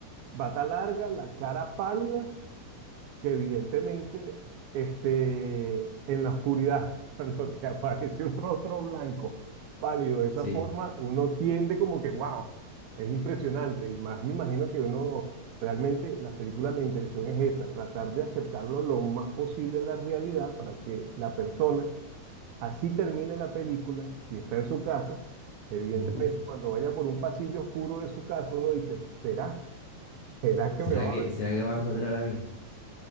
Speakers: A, on the right; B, on the left.
A: Bata larga, la cara pálida que evidentemente este, en la oscuridad, <laughs> cuando te aparece un rostro blanco, pálido de esa
B: Sí.
A: forma, uno tiende como que, wow, es impresionante. Y más me imagino que uno, realmente las películas, la intención es esa, tratar de acercarlo lo más posible a la realidad para que la persona, así termine la película y está en su casa, evidentemente
B: Ujú.
A: cuando vaya por un pasillo oscuro de su casa, uno dice, ¿será? ¿Será
B: ¿Será
A: que me va
B: que, será que va a encontrar a mí?